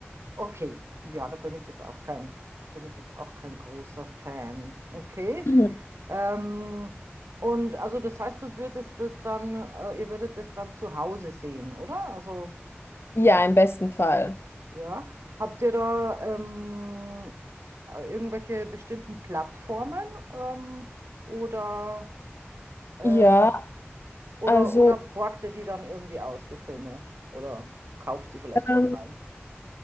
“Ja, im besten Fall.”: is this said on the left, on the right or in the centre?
Left